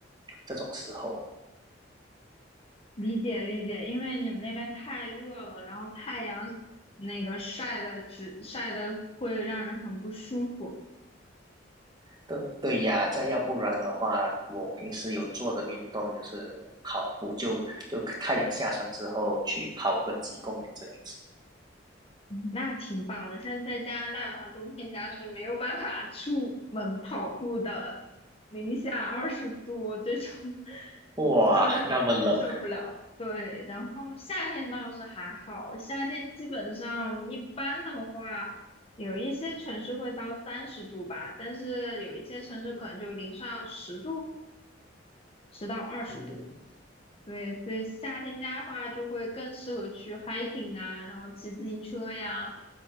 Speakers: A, on the right; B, on the left.
A: 这种时候。
B: 理解理解，因为你们那边太热了，然后太阳那个晒的只晒的会让人很不舒服。
A: 对对呀，再要不然的话，我平时有做的运动就是跑步，就就太阳下山之后去跑个几公里这样子。
B: 嗯那挺棒的。像在加拿大的话，冬天家是没有办法出门跑步的，零下二十度这种 <laughs>
A: 哇，
B: 受
A: 那么冷。
B: 接受不了。对，然后夏天倒是还好，夏天基本上一般的话，有一些城市会到三十度吧，但是有一些城市可能就零上十度，十到二十度。
A: 嗯。
B: 对，所以夏天家的话就会更适合去 hiking 啊，然后骑自行车呀，